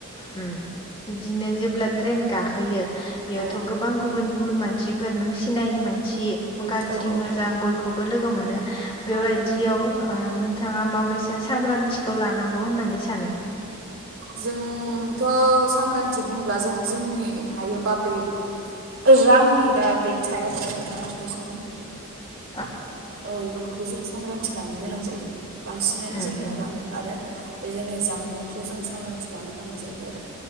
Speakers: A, on the left; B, on the right.
A: उम बिदिनो जेब्ला ट्रेन गाखोयो बेयावथ
B: औ
A: गोबां गुबुन गुबुन मानसिफोर नों सिनायि मानसि गाज्रि
B: औ औ औ
A: मोजां बयखौबो लोगो मोनो।
B: औ
A: बेबायदियाव
B: मोनो
A: ओ नों थाङा माबायसा सांग्रांथिखौ लानांगौ होननानै सानो?
B: जोंथ सांग्रांथि बुंब्ला जों जोंनि हायो बा बै रांनि बा बेग थाया दाला जोंहा फैसानि
A: औ।
B: ओ इफोरखौ जों सांग्रांथि लानो गोनां जायो बांसिनानो
A: उम
B: जोंनियाव
A: उम
B: रां आरो बे जोंनि जामबुंखौ जों सांग्रांथि लानो गोनां जायो आरो